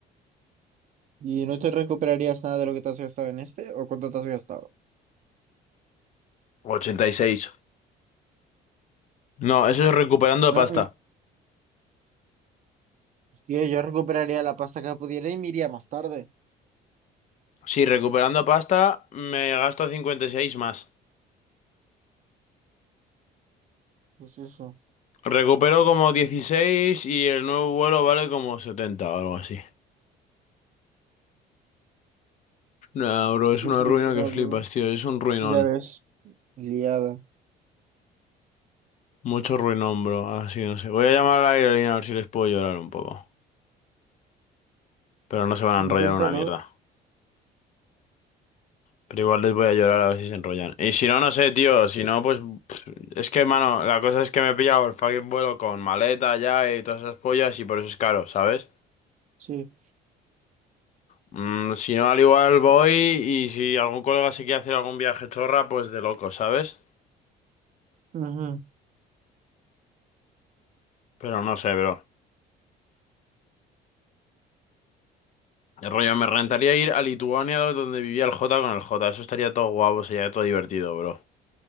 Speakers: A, on the right; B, on the left.
A: ¿Y no te recuperarías nada de lo que te has gastado en este? ¿O cuánto te has gastado?
B: ochenta y seis No, eso es recuperando
A: No,
B: pasta.
A: y- tío, yo recuperaría la pasta que pudiera y me iría más tarde.
B: Sí, recuperando pasta me gasto 56 más.
A: Pues eso.
B: Recupero como dieciséis y el nuevo vuelo vale como 70 o algo así. No, bro, es
A: Pues
B: una
A: ni
B: ruina
A: idea,
B: que flipas,
A: bro.
B: tío. Es un ruinón.
A: Ya ves, liada.
B: Mucho ruinón, bro. Así no sé. Voy a llamar a la aerolínea a ver si les puedo llorar un poco. Pero no se van a enrollar
A: Inténtalo.
B: una mierda. Pero igual les voy a llorar a ver si se enrollan. Y si no, no sé, tío. Si no, pues... pff, Es que, mano, la cosa es que me he pillado el fucking vuelo con maleta ya y todas esas pollas y por eso es caro, ¿sabes?
A: Sí.
B: Mm, si no, al igual voy y si algún colega se quiere hacer algún viaje chorra, pues de loco, ¿sabes?
A: Ujú.
B: Pero no sé, bro. El rollo, me rentaría ir a Lituania donde vivía el Jota con el Jota. Eso estaría todo guapo, sería todo divertido, bro.